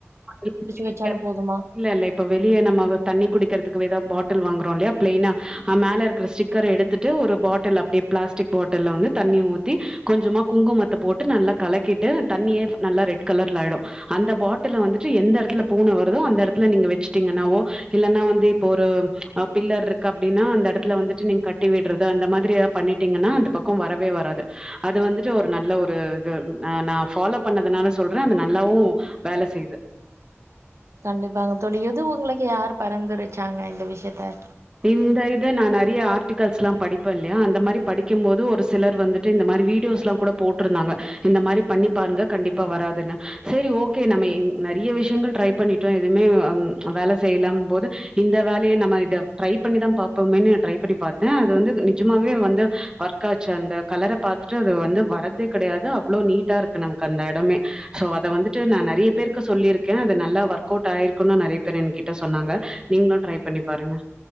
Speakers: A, on the right (about 20°); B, on the right (about 70°).
A: இ
B: வச்சாலு
A: இ
B: போதுமா
A: இல்ல வெளியே நம்ம தண்ணி குடிக்கிறதுக்கு ஏதாவ பாட்டில் வாங்குறோம் இல்லையா பிளைன் அ பாட்டில் மேல இருக்கிற ஸ்டிக்கர் எடுத்துட்டு ஒரு பாட்டில் அப்படிய பிளாஸ்டிக் பாட்டில் வந்து தண்ணி ஊத்தி கொஞ்சமா குங்குமத்த போட்டு நல்லா கலக்கிட்டு தண்ணியே நல்லா ரெட் கலர்ல ஆயிடும் அந்த பாட்டில் வந்துட்டு எந்த இடத்துல பூனை வருதோ அந்த இடத்துல நீங்க வச்சுட்டீங்கன்னாவோ இல்லைன்னா வந்து இப்போ ஒரு பில்லர் இருக்கு அப்படின்னா அந்த இடத்துல வந்துட்டு நீங்க கட்டி விடுறத அந்த மாதிரி எதாவது பண்ணிட்டீங்கன்னா அந்த பக்கம் வரவே வராது அது வந்துட்டு ஒரு நல்ல ஒரு இது ஹ் நான் பாலோ பண்ணதுனால சொல்றேன் அந்த நல்லாவும் வேலை செய்யுது
B: கண்டிப்பாங்க தோழி எது உங்களுக்கு யாரு பரந்துருச்சாங்க இந்த விஷயத்த
A: இந்த இத நான் நிறைய ஆர்டிக் கல்ஸ் எல்லாம் படிப்பேன் இல்லையா அந்த மாதிரி படிக்கும் போது ஒரு சிலர் வந்துட்டு இந்த மாதிரி வீடியோஸ் எல்லாம் கூட போட்டிருந்தாங்க இந்த மாதிரி பண்ணிப்பாருங்க கண்டிப்பா வராதுன்னு செரி ஓகே நம்ம நிறைய விஷயங்கள் ட்ரை பண்ணிட்டோம் எதுவுமே வேலை செய்யலாம் போது இந்த வேலையே நம்ம இத ட்ரை பண்ணிதான் பாப்போம்மேன்னு ட்ரை பண்ணி பார்த்தேன் அது வந்து நிஜமாவே வந்து ஒர்க் ஆச்சு அந்த கலரை பார்த்துட்டு அது வந்து வரறதே கிடையாது அவ்வளோ நீட்டா இருக்கு நமக்கு அந்த இடமே சோ அத வந்துட்டு நான் நிறைய பேருக்கு சொல்லியிருக்கேன் அது நல்லா ஒர்க் அவுட் ஆயிருக்குன்னனு நிறைய பேர் என்கிட்ட சொன்னாங்க நீங்களும் ட்ரை பண்ணி பாருங்க